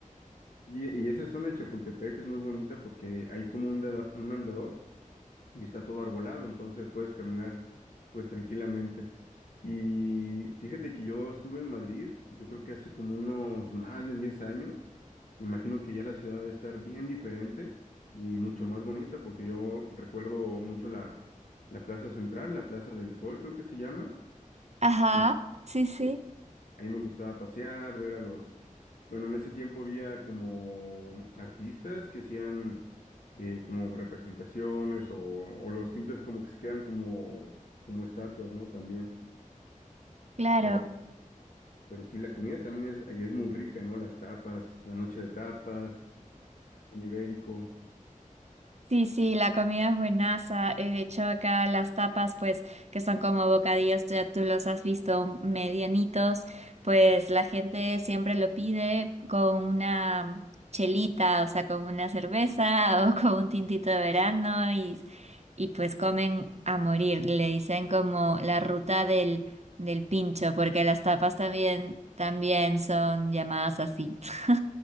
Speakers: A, on the left; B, on the right.
A: Y, y esa zona de Chapultepec es muy bonita porque hay como un, dada- un andador y está todo arbolado, entonces puedes caminar pues tranquilamente. Y fíjate que yo estuve en Madrid, yo creo que hace como unos más de 10 años, imagino que ya la ciudad debe estar bien diferente y mucho más bonita, porque yo recuerdo mucho la, la Plaza Central, la Plaza del Sol creo que se llama,
B: Ajá,
A: y, eh,
B: <laughs> sí, sí,
A: a mí me gustaba pasear, ver a los... Bueno, en ese tiempo había como artistas que hacían eh, como representaciones o, o los simples como que se quedan como, como estatuas, ¿no? También.
B: claro.
A: Pero, pero sí, la comida también es, ahí es muy rica, ¿no? Las tapas, la noche de tapas, un ibérico.
B: Sí, sí, la comida es buenaza. eh, De hecho, acá las tapas, pues, que son como bocadillos, ya tú los has visto medianitos, pues la gente siempre lo pide con una chelita, o sea, con una cerveza <laughs> o con un tintito de verano y, y pues comen a morir. Le dicen como la ruta del, del pincho, porque las tapas también, también son llamadas así. <laughs>